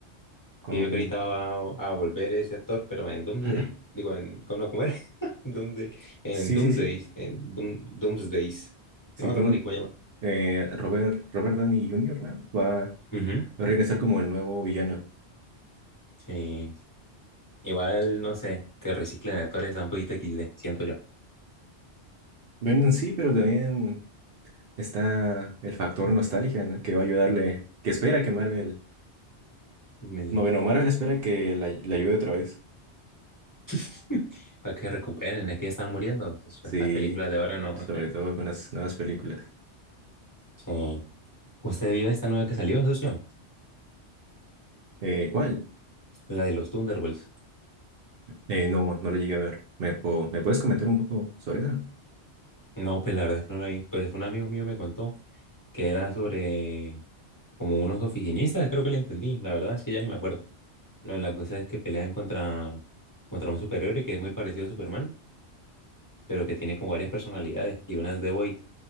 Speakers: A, on the right; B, on the left.
A: Con,
B: Sí, yo creo que ahorita va a, a volver ese actor, pero en Doomsday.
A: <clears throat>
B: Digo, en, ¿cómo, no, cómo era? <laughs> Doomsday. En
A: sí,
B: Doomsday.
A: sí, sí.
B: En Doom- Doomsdays.
A: Sí,
B: No me
A: tú,
B: acuerdo ni cómo se llama.
A: eh, Robert, Robert Downey Jr., ¿no? Va, va
B: Ujú.
A: a regresar como el nuevo villano.
B: Sí. Igual, no sé, que reciclen actores está un poquito XD, siento yo.
A: Bueno, sí, pero también está el factor nostalgia, ¿no? Que va a ayudarle, que espera que Marvel,
B: Me-
A: no, bueno, Marvel espera que la, le ayude otra vez.
B: <laughs> Para que recuperen, es que ya están muriendo, socio.
A: Sí,
B: Estas películas de ahora no. na.
A: sobre todo con las nuevas películas.
B: Sí. ¿Usted vio esta nueva que salió, socio?
A: Eh, ¿cuál?
B: La de los Thunderbolts.
A: Eh, no, no la llegué a ver. ¿Me, po- ¿me puedes comentar un poco sobre eso?
B: No, pues la verdad es que no la vi. Pues un amigo mío me contó que era sobre como unos oficinistas, creo que le entendí. La verdad es que ya ni me acuerdo. No, la cosa es que pelean contra, contra un superhéroe que es muy parecido a Superman, pero que tiene como varias personalidades y una es The Void,